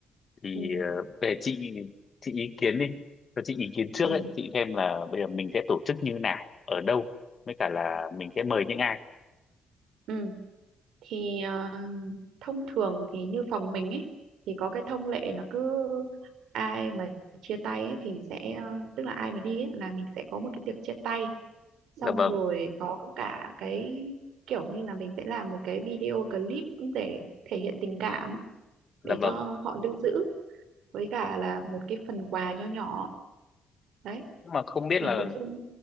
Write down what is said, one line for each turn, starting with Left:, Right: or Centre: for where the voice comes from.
Left: thì
Right: ừ,
Left: ờ, về chị chị ý kiến đi. Cho chị ý kiến
Right: ừ,
Left: trước ấy, chị xem là bây giờ mình sẽ tổ chức như nào, ở đâu, với cả là mình sẽ mời những ai.
Right: ừ. thì ờ, thông thường thì như phòng mình ấy thì có cái thông lệ là cứ ai mà chia tay ấy, thì sẽ ờ, tức là ai mà đi ấy, là mình sẽ có một cái tiệc chia tay xong
Left: Dạ vâng,
Right: rồi có cả cái kiểu như là mình sẽ làm một cái video clip để thể hiện tình cảm
Left: dạ
Right: để
Left: vâng.
Right: cho họ lưu giữ với cả là một cái phần quà nho nhỏ đấy
Left: Nhưng mà không biết
Right: thì
Left: là
Right: nội dung